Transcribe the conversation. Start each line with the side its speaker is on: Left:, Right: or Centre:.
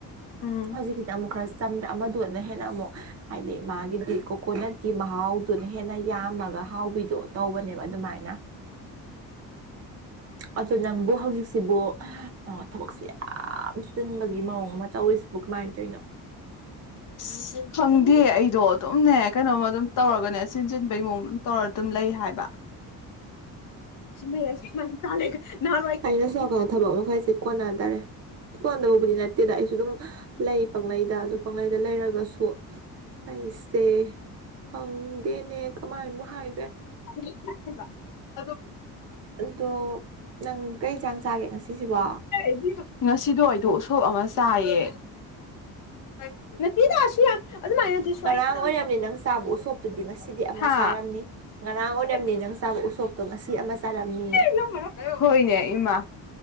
Left: ꯎꯝ
Right: ꯍꯧꯖꯤꯛꯀꯤꯗꯤ ꯑꯃꯨꯛ ꯈ꯭ꯔ ꯆꯝꯗ꯭ꯔꯥ ꯑꯃꯗꯨꯅ ꯍꯦꯟꯅ ꯑꯃꯨꯛ ꯍꯥꯏꯗꯤ ꯃꯥꯒꯤꯗꯤ ꯀꯣꯀꯣꯅꯠꯀꯤ ꯃꯍꯥꯎ ꯗꯨꯨꯅ ꯍꯦꯟꯅ ꯌꯥꯝꯃꯒ ꯍꯥꯎꯕꯤꯗꯣ ꯇꯧꯕꯅꯦꯕ ꯑꯗꯨꯃꯥꯏꯅ ꯑꯗ ꯅꯪꯕꯨ ꯍꯧꯖꯤꯛꯁꯤꯕꯨ ꯑꯥ ꯊꯕꯛꯁꯦ ꯌꯥꯝ ꯆꯤꯟꯕꯒꯤ ꯃꯑꯣꯡ ꯑꯃ ꯇꯧꯔꯤꯁꯦ ꯕꯨ ꯀꯃꯥꯏ ꯇꯣꯏꯅꯣ
Left: ꯑꯁ ꯈꯪꯗꯦ ꯑꯩꯗꯣ ꯑꯗꯨꯝꯅꯦ ꯀꯩꯅꯣꯝꯃ ꯑꯗꯨꯝ ꯇꯧꯔꯒꯅꯦ ꯁꯤꯟ ꯆꯟꯕꯩ ꯃꯑꯣꯡꯗ ꯇꯧꯔ ꯑꯗꯨꯝ ꯂꯩ ꯍꯥꯏꯕ ꯁꯤꯃꯩꯌꯥꯁꯦ ꯁꯤꯃꯥꯏ ꯆꯥ ꯂꯩꯀ ꯅꯍꯥꯜꯋꯥꯏ
Right: ꯑꯩꯅ
Left: ꯀꯥꯟꯗꯒꯤ
Right: ꯁꯣꯝ ꯅꯥꯀꯟꯗ ꯊꯕꯛ ꯃꯈꯩꯁꯦ ꯀꯣꯟꯅꯗꯔꯦ ꯀꯣꯟꯗꯕꯕꯨꯗꯤ ꯅꯠ ꯇꯦꯗ ꯑꯩꯁꯨ ꯑꯗꯨꯝ ꯂꯩ ꯄꯪꯂꯩꯗ ꯑꯗꯨ ꯄꯪꯂꯩꯗ ꯂꯩꯔꯒꯁꯨ ꯑꯩꯁꯦ ꯈꯪꯗꯦꯅꯦ ꯀꯃꯥꯏꯕꯨ ꯍꯥꯏꯗ꯭ꯔꯦ
Left: <unintelligible> ꯑꯗꯣ
Right: ꯑꯗꯣ ꯅꯪ ꯀꯩ ꯖꯥꯡ ꯆꯥꯒꯦ ꯉꯁꯤꯁꯤꯕꯣ
Left: ꯑꯩꯗꯤꯀꯣ ꯉꯁꯤꯗꯣ ꯑꯩꯗꯣ ꯎꯁꯣꯞ ꯑꯃ ꯆꯥꯏꯌꯦ ꯑꯥꯏ ꯅꯠꯇꯦꯗꯥ ꯑꯁꯤ ꯌꯥ ꯑꯗꯨꯃꯥꯏ ꯅꯠꯇꯦ ꯁ꯭ꯋꯥꯏ
Right: ꯉꯔꯥꯡ
Left: ꯈꯤꯇꯪ
Right: ꯑꯣꯏꯔꯝꯅꯤ
Left: <unintelligible>
Right: ꯅꯪ ꯆꯥꯕ ꯎꯁꯣꯞꯇꯨꯗꯤ ꯉꯁꯤꯗꯤ ꯑꯃ
Left: ꯍꯥ
Right: ꯆꯥꯔꯝꯅꯤ ꯉꯔꯥꯡ ꯑꯣꯏꯔꯝꯅꯤ
Left: <unintelligible>
Right: ꯅꯪ ꯆꯥꯕ ꯎꯁꯣꯞꯇꯣ ꯉꯁꯤ ꯑꯃ ꯆꯥꯔꯝꯅꯤꯌꯦ
Left: ꯉꯝꯃꯔꯣꯏ ꯍꯣꯏꯅꯦ ꯏꯃꯥ